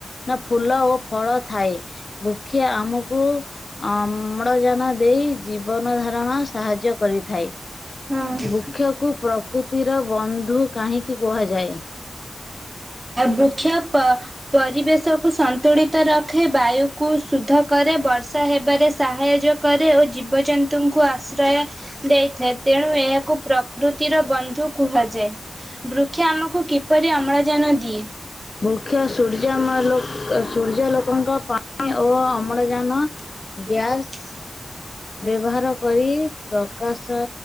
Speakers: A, on the left; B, on the right.
A: ନା ଫୁଲ ଓ ଫଳ ଥାଏ। ବୁକ୍ଷିଆ ଆମକୁ ଅମ୍ଳଜାନ ଦେଇ ଜୀବନ ଧାରଣ ସାହାଯ୍ୟ କରିଥାଏ।
B: ହଁ।
A: ବୃକ୍ଷକୁ ପ୍ରକୃତିର ବନ୍ଧୁ କାହିଁକି କୁହାଯାଏ?
B: ବୃକ୍ଷ ପରିବେଶକୁ ସନ୍ତୁଳିତ ରଖେ ବାୟୁକୁ ଶୁଧ କରେ ବର୍ଷା ହେବାରେ ସାହାଯ୍ୟ କରେ ଓ ଜୀବଜନ୍ତୁଙ୍କୁ ଆଶ୍ରୟ ଦେଇଥାଏ ତେଣୁ ଏହାକୁ ପ୍ରକୃତିର ବନ୍ଧୁ କୁହାଯାଏ ବୃକ୍ଷ ଆମକୁ କିପରି ଅମ୍ଳଜାନ ଦିଏ?
A: ବୁକ୍ଷ ସୂର୍ଯ୍ୟ ସୂର୍ଯ୍ୟଲୋକଙ୍କ ପାଇଁ ଓ ଅମ୍ଳଜାନ
B: <inaudible>
A: ଗ୍ୟାସ୍ ବ୍ୟବହାର କରି ପ୍ରକାଶ